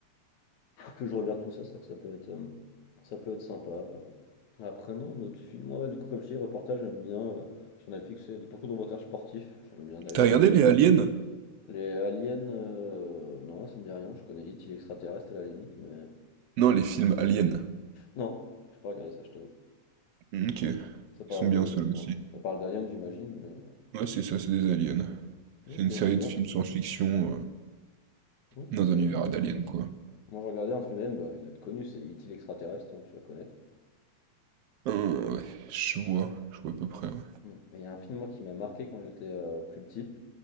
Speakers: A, on the left; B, on the right.
A: que je regarde tout ça, c'est ça peut être, euh, ça peut être sympa. Après, non, notre film, ouais, du coup, comme je te dis, reportage, j'aime bien. euh, sur Netflix, c'est beaucoup de reportages sportifs. J'aime bien d'ailleurs,
B: T'as regardé
A: il y en a une.
B: les aliens?
A: Les aliens, euh, non, là, ça me dit rien. Je connais It, il est extraterrestre à la limite, mais.
B: Non, les films aliens.
A: Non, j'ai pas regardé ça, je t'avoue.
B: Ok. Ils
A: Ça parle
B: sont bien
A: de.
B: ceux-là aussi.
A: enfin, ça parle d'aliens, j'imagine, mais.
B: Ouais, c'est ça, c'est des aliens.
A: Ok,
B: C'est une série
A: c'est bien.
B: de films science-fiction euh,
A: Ok,
B: dans un univers
A: ça-
B: d'aliens, quoi.
A: Moi, j'ai regardé un film d'aliens, bah, il doit être connu, c'est It, il est extraterrestre, hein, tu vas connaître.
B: Ah, ouais, je vois, je vois à peu près, ouais.
A: Hmm. Et Il y a un film, moi, qui m'a marqué quand j'étais euh, plus petit.